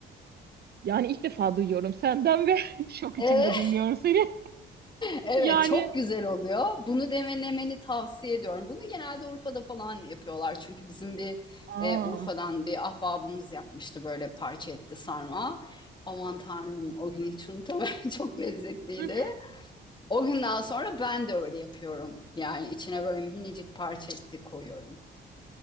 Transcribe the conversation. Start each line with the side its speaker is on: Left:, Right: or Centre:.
Right: Yani ilk defa duyuyorum senden ve <laughs> şok
Left: Evet.
Right: içinde
Left: <laughs>
Right: dinliyorum seni.
Left: Evet
Right: Yani
Left: çok güzel oluyor. Bunu denemeni tavsiye ediyorum. Bunu genelde Urfa'da falan yapıyorlar. Çünkü bizim bir
Right: Aa.
Left: e, Urfa'dan bir ahbabımız yapmıştı böyle parça etli sarma. Aman Tanrım o gün hiç unutamıyorum. <laughs> Çok lezzetliydi.
Right: <laughs>
Left: O günden sonra ben de öyle yapıyorum. Yani içine böyle minicik parça etti koyuyorum.